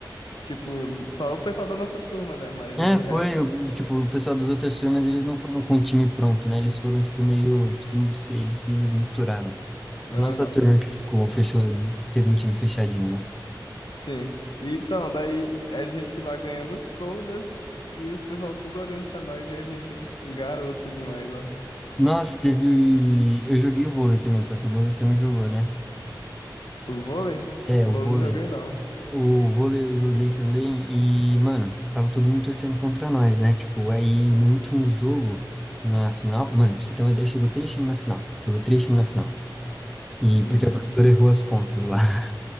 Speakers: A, on the left; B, in the centre.
A: Tipo, só o pessoal da nossa turma, né? Mas
B: É,
A: aí o
B: foi,
A: resto.
B: eu- tipo, o pessoal das outras turmas, eles não foram com o time pronto, né? Eles foram, tipo, meio, se, se- eles se misturaram. Foi
A: Aham.
B: a nossa turma que ficou, fechou, teve um time fechadinho, né?
A: Sim. E Então, daí a gente lá ganhando todas e os pessoal tudo olhando pra nós e a gente garoto demais, ó.
B: Nossa, teve, eu joguei o vôlei também, só que o vôlei você não jogou, né?
A: O vôlei?
B: É,
A: O
B: o
A: vôlei
B: vôlei.
A: não joguei, não.
B: O vôlei eu joguei também e, mano, tava todo mundo torcendo contra nós, né? Tipo, aí no último jogo, na final, mano, pra você ter uma ideia, chegou três times na final. Chegou três times na final. E
A: Uhum.
B: porque a professora errou as contas lá.